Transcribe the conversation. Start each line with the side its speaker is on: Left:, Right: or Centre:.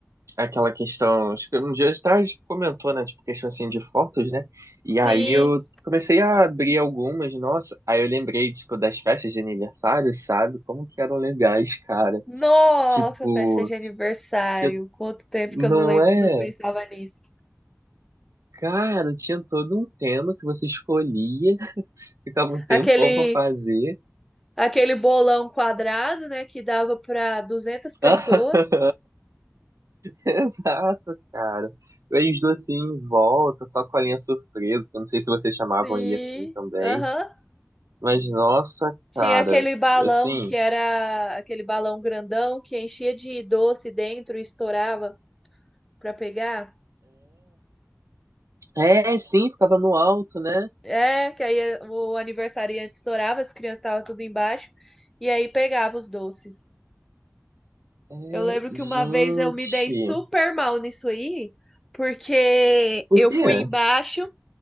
Right: aquela questão, acho que um dia atrás comentou, né, tipo, questão assim de fotos, né? E aí
Centre: Sim,
Right: eu comecei a abrir algumas, nossa, aí eu lembrei, tipo, das festas de aniversário, sabe? Como que eram legais, cara.
Centre: nossa,
Right: Tipo,
Centre: festa de aniversário.
Right: tinha-
Centre: Quanto tempo
Right: não
Centre: que eu não lem-
Right: é?
Centre: não pensava nisso.
Right: Cara, tinha todo um tema que você escolhia, ficava um tempão
Centre: Aquele,
Right: pra fazer.
Centre: aquele bolão quadrado, né, que dava para 200 pessoas.
Right: <laughs> Exato, cara. E aí os docinhos em volta, só com a linha surpresa, que eu não sei se vocês chamavam
Centre: Sim,
Right: aí assim também.
Centre: aham.
Right: Mas nossa,
Centre: Tinha
Right: cara,
Centre: aquele balão
Right: assim,
Centre: que era aquele balão grandão que enchia de doce dentro e estourava. para pegar.
Right: é, é, sim, ficava no alto, né?
Centre: É, que aí o aniversariante estourava, as crianças estavam tudo embaixo, e aí pegava os doces.
Right: É,
Centre: Eu lembro
Right: gente,
Centre: que uma vez eu me dei super mal nisso aí, porque
Right: por
Centre: eu
Right: quê?
Centre: fui embaixo,